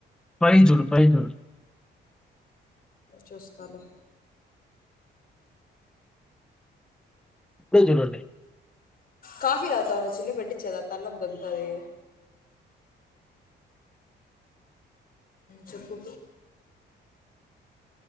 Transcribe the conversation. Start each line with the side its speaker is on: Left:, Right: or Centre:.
Centre: ఫైకి చూడు ఫైకి చూడు
Left: చూస్తాలే
Centre: ఇప్పుడే చూడండి
Left: కాఫీ తాగుతావ చిన్న పెట్టిచ్చేదా తలనొప్పి తగ్గుతాది చప్పు